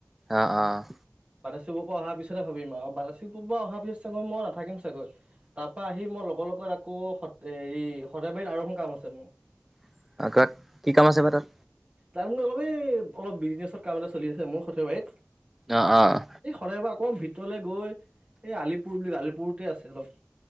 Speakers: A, in the centre; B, on the right.
A: অ', অ,
B: সিবোৰৰ পৰা আহাৰ পিছত হে ভাবিম আৰু বাতাচীপুৰ পা আহাৰ পিছত চাগৈ মই নাথাকিম চাগৈ। তাৰপৰা আহি মই লগৰ লগত আকৌ সত হেৰি সৰ্থেবাৰীত আৰু এখন কাম আছে মোৰ।
A: <unintelligible> কি কাম আছে বা তাত?
B: তাৰ মোৰ অলপে এই অলপ বিজনেছৰ কাম এটা চলি আছে মোৰ সথেবাৰীত।
A: অ', অ',
B: বাৰে বাৰ আকৌ ভিতৰলে গৈ, এই আলিপুৰ বুলি আলিপুৰতে আছে অলপ।